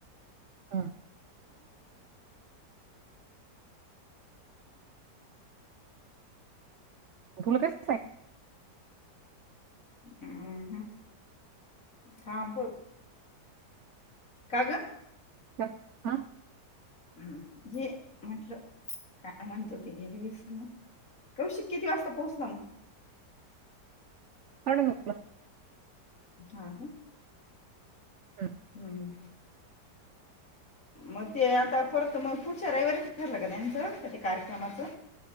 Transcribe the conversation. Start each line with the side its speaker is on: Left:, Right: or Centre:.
Right: हम. तुला काय?
Left: ह ह साबू. काग.
Right: का हा.
Left: ह ज मतलब. काय म्हणत हो ते गेली विसरून कौशिक किती वाजता पोहोचला मग
Right: साडे नऊला
Left: हा.
Right: हम्.
Left: हम्. मग ते आता परत मग पुढच्या रविवारी ठरलं ग त्यांचं क ते कार्यक्रमाचं